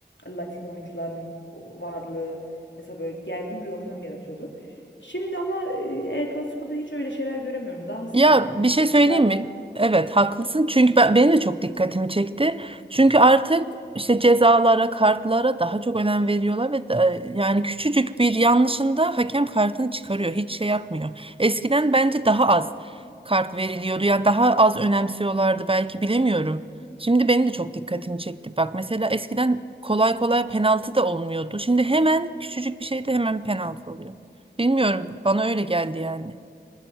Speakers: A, on the left; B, on the right.
A: Latin oyuncuların varlığı mesela böyle gergin bir ortam yaratıyordu. Şimdi ama e, El Clasico'da hiç öyle şeyler göremiyorum. Daha sakin.
B: Ya bir
A: Çocuklar
B: şey söyleyeyim mi? Evet haklısın. Çünkü ben, benim de çok dikkatimi çekti. Çünkü artık işte cezalara, kartlara daha çok önem veriyorlar ve da- yani küçücük bir yanlışında hakem kartını çıkarıyor. Hiç şey yapmıyor. Eskiden bence daha az kart veriliyordu. Yani daha az önemsiyorlardı belki bilemiyorum. Şimdi benim de çok dikkatimi çekti. Bak mesela eskiden kolay kolay penaltı da olmuyordu. Şimdi hemen küçücük bir şeyde hemen penaltı oluyor. Bilmiyorum bana öyle geldi yani.